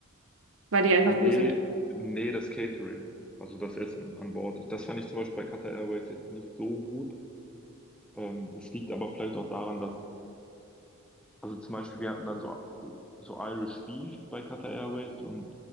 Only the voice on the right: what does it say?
weil die einfach
gut sind?